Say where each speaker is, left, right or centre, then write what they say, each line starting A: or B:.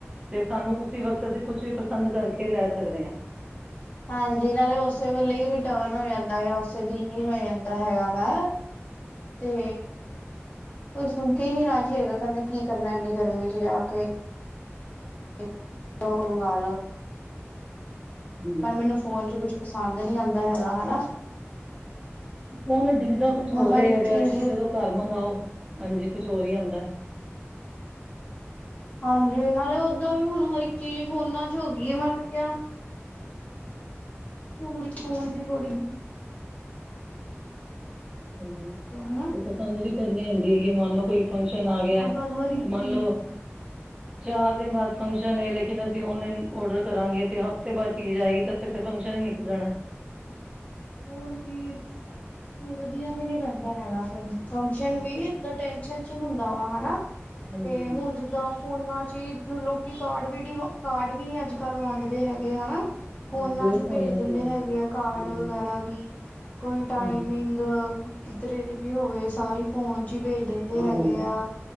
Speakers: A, on the right; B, on the left.
A: ਤੇ ਸਾਨੂੰ ਉਸੀ ਵਕਤ ਅਸੀਂ ਕੁਛ ਵੀ ਪਸੰਦ ਕਰਕੇ ਲੈ ਸਕਦੇ ਆਂ।
B: ਹਾਂਜੀ ਨਾਲੇ ਉਸੇ ਵੇਲੇ ਰਿਟਰਨ ਹੋ ਜਾਂਦਾ ਆ ਉਸੇ ਦਿਨ ਈ ਹੋ ਜਾਂਦਾ ਹੈਗਾ ਵਾ। ਤੇ, ਕੋਈ ਸੁਣਕੇ ਨੀ ਰਾਜੀ ਹੈਗਾ ਕਹਿੰਦੇ ਕੀ ਕਰਨਾ ਇੰਨੀ ਗਰਮੀ ਚ ਜਾ ਕੇ। ਔਫ ਲੈਨ ਮੰਗਾ ਲਓ।
A: ਜੀ।
B: ਪਰ ਮੈਨੂੰ ਫੌਨ 'ਚ ਕੁਛ ਪਸੰਦ ਨੀ ਆਉਂਦਾ ਹੈਗਾ, ਹਨਾ।
A: ਫੋਨ ਚ ਡਿੱਗਦਾ ਕੁੱਛ ਹੋਰ
B: ਹੁਣ ਹਰ
A: ਐ
B: ਇੱਕ
A: ਰਿਐਲਟੀ
B: ਚੀਜ਼
A: ਜਦੋਂ ਘਰ ਮੰਗਵਾਓ ਹਾਂਜੀ ਕੁੱਛ ਹੋਰ ਹੀ ਆਉਂਦਾ।
B: ਹਾਂਜੀ ਨਾਲੇ ਓਦਾਂ ਵੀ ਹੁਣ ਹਰ ਇੱਕ ਚੀਜ਼ ਫੋਨਾਂ ਚ ਹੋ ਗਈ ਹੈ ਮੈਂ ਤੇ ਕਿਹਾ ਹੁਨ ਵਿੱਚ ਹੋੋਣ ਸੀ ਥੋੜੀ <unintelligible>
A: ਹਾਂਜੀ।
B: ਤੇ ਹਣਾ।
A: ਕੋਈ ਪਸੰਦ ਵੀ ਕਰਨੀ ਹੁੰਦੀ ਹੈਗੀ ਮੰਨ ਲਓ ਕੋਈ ਫੰਕਸ਼ਨ ਆ ਗਿਆ
B: ਮਤਲਬ
A: ਤੇ
B: ਹਰ ਇੱਕ
A: ਲੈ
B: ਚੀਜ਼
A: ਲਉ। ਚਾਰ ਦਿਨ ਬਾਅਦ ਫੰਕਸ਼ਨ ਏ ਲੇਕਿਨ ਅਸੀਂ ਔਨਲਾਈਨ ਔਡਰ ਕਰਾਂਗੇ ਤੇ ਹਫ਼ਤੇ ਬਾਅਦ ਚੀਜ਼ ਆਏਗੀ ਤਾਂ ਤੇ ਫੰਕਸ਼ਨ ਹੀ ਨਿਕਲ ਜਾਣਾ।
B: ਹੋਰ ਕੀ। ਵਧੀਆ ਵੀ ਨੀ ਲਗਦਾ ਹੈਗਾ ਫੇਰ, ਫੰਕਸ਼ਨ
A: ਹਾਂਜੀ
B: ਵੀ ਟੈਸ਼ਨ ਚ ਹੁੰਦਾ ਵਾ ਹਨਾ।
A: ਹਾਂਜੀ
B: ਤੇ ਹੁਣ ਜਿੱਦਾਂ ਫੋਨਾ ਚ ਹੀ ਲੋਕੀ ਕਾਰਡ ਵੀ ਡ ਕਾਰਡ ਵੀ ਨੀ ਅੱਜ ਕੱਲ ਵੰਡਦੇ ਹੈਗੇ ਹਨਾ। ਫੋਨਾ
A: ਹਾਂਜੀ ਉਹੀ
B: ਚ ਹੀ
A: ਫੋਨਾਂ
B: ਭੇਜ ਦਿੰਦੇ
A: ਤੇ ਆ ਗਈ।
B: ਹੈਗੇ ਕਾਰਡ
A: ਹਾਂਜੀ
B: ਵਗੈ- ਰਾ ਵੀ ਕੋਈ ਟਾਈਮਿੰਗ
A: ਹਾਂਜੀ
B: ਕਿੱਧਰੇ ਦੀ ਵੀ ਹੋਵੇ ਸਾਰੀ ਫੋਨ ਚ ਹੀ ਭੇਜ ਦਿੰਦੇ
A: ਹਾਂਜੀ
B: ਹੈਗੇ ਆ